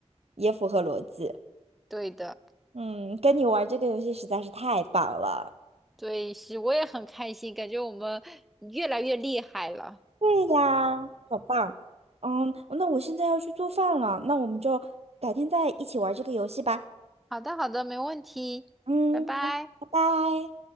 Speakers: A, on the right (about 60°); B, in the centre.
A: 也符合逻辑。
B: 对的，
A: 嗯，跟你玩这个游戏实在是太棒了。
B: 对，是，我也很开心，感觉我们越来越厉害了。
A: 对呀，好棒。嗯，那我现在要去做饭了，那我们就改天再一起玩这个游戏吧。
B: 好的，好的，没问题，
A: 嗯，
B: 拜拜。
A: 好拜拜。